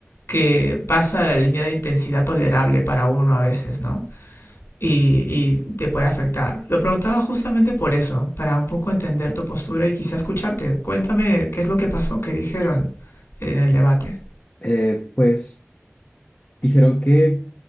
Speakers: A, on the left; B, on the left.
A: que pasa a la línea de intensidad tolerable para uno a veces, ¿no? y, y te puede afectar. Lo preguntaba justamente por eso, para un poco entender tu postura y quizá escucharte. Cuéntame qué es lo que pasó, qué dijeron en el debate.
B: Eh, pues dijeron que